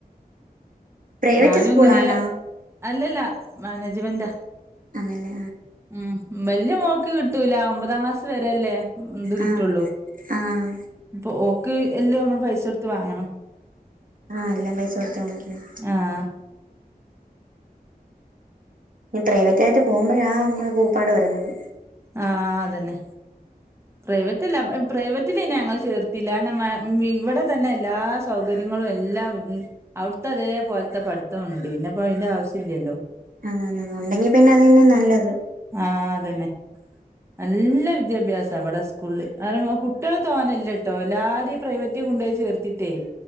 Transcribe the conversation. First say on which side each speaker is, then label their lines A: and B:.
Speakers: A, on the right (about 60°); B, on the right (about 15°).
A: പ്രൈവറ്റ്
B: ഞാനൂങ്ങനെ
A: സ്കൂളാണോ
B: അല്ലല്ല. മാനേജ്മെൻ്റാ.
A: ആന്നല്ലേ
B: ഉം വല്യ മോക്ക്കിട്ടൂല ഒമ്പതാം ക്ലാസ് വരെ അല്ലേ ഇത് കിട്ടുള്ളൂ
A: ആഹ് ആഹ്
B: പ്പൊ ഓ ക്ക് എല്യ നമ്മള് പൈസെടുത്ത് വാങ്ങണം
A: ആഹ് എല്ലാം പൈസൊടുത്തു വാങ്ങിക്കണം
B: ആഹ
A: പ്രൈവറ്റായിട്ട് പോകുമ്പോഴാ നമ്മെ കൂപ്പാട് വരുന്നത്
B: ആ അതന്നെ പ്രൈവറ്റല്ല പ്രൈവറ്റില ഞങ്ങൾ ചേർത്തില്ല നമ്മ ഇവിടെ തന്നെ എല്ലാ സൗകര്യങ്ങളും എല്ലാം അവിടുത്തെ അതേ പോലത്തെ പഠിത്തണ്ട് പിന്നെപ്പോ അതിന്റെ ആവശ്യം ഇല്ലല്ലോ
A: അതതെ ഉണ്ടെങ്കി പിന്നെ അതന്നെ നല്ലത്
B: ആഹ അതന്നെ നല്ല വിദ്യാഭ്യാസം അവിടെ സ്കൂളില് കാരണം കുട്ടികൾ തോന്നല്ലട്ടോ എല്ലാരും പ്രൈവറ്റ് കൊണ്ടുപോയി ചേർത്തിട്ടേ